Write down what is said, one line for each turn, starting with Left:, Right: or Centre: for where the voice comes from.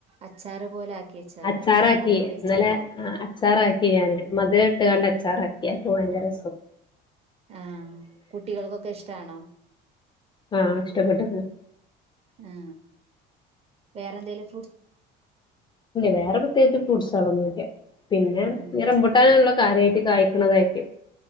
Right: അച്ചാറ് പോലെ വെച്ചാൽ
Left: അച്ചാറാക്കി
Right: മതി നല്ല ടേസ്റ്റ്
Left: ഇന്നലെ
Right: ഉണ്ടാവും
Left: അച്ചാറാക്കി ഞാന് മധുരം ഇണ്ട് കണ്ട് അച്ചാറാക്കി ആക്കിയപ്പോ ഭയങ്കരസുഖ
Right: ആ കുട്ടികൾക്കൊക്കെ ഇഷ്ടാണോ
Left: ആഹ് ഇഷ്ടപ്പെട്ട്ക്ക്ണ്
Right: ആ വേറെന്തെലും
Left: വേറെ പ്രത്യേകിച്ച് <unintelligible> ഒന്നുല്ല്യ പിന്നെ
Right: ആഹ്
Left: ഈ റംബൂട്ടാനുള്ള കാര്യായിട്ട് കായ്ക്കണതായിരിക്കും